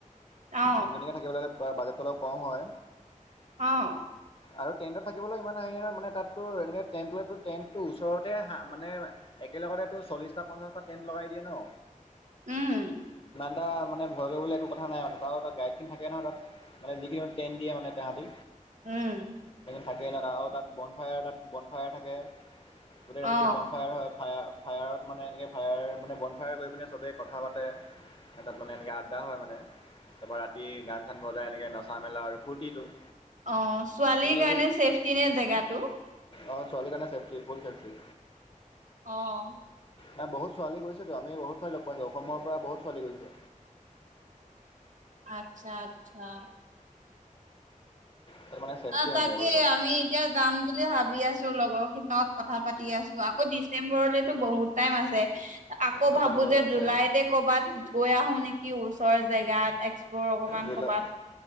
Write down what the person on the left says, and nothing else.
তিনিজনকে থাকিবলে হলে - বা বাজেটটো অলপ কম হয়।
আৰু টেণ্টত থাকিবলৈ ইমান হেৰি নহয় মানে তাত তোৰ এনেকে টেণ্টলৈতো টেণ্টটো ওচৰতে মানে একেলগতে তোৰ - চল্লিছটা, পঞ্চাছটা টেণ্ট লগাই দিয়ে ন।
<unintelligible> মানে ভয় কৰিবলগীয়া একো কথা নাই মান তাত আৰু এ গাইড খিনি থাকে নহয় তাত মানে যিকিখন টেন্ত দিয়ে মানে তাহাঁতি।
থাকে ন তাত আৰু তাত বন ফায়াৰ তাত বন ফায়াৰ থাকে। গোটেই ৰাতিটো
বন ফায়াৰ হয়। হয় ফায়া- ফায়াৰত মানে এনেকে ফায়াৰ মানে বন ফায়াৰ কৰি পিনে চবেই কথা পাতে, তাত মানে এনেকে আড্ডা হয়, মানে তাৰপৰা ৰাতি গান-চান বজাই, এনেকৈ নচা মেলা আৰু ফূৰ্তিটো-
তেনেকৈ
অ ছোৱালীৰ কাৰণে চেফটি ফুল চেফ্টি।
নাই বহুত ছোৱালী গৈছেতো আমি বহুত ছোৱালী লগ পাইছোঁ অসমৰ পৰা বহুত ছোৱালী গৈছে।
তাত মানে ছেফটি
মানে এইবোৰ চব
ডিচেম্বৰলৈ
আছে
জুলাই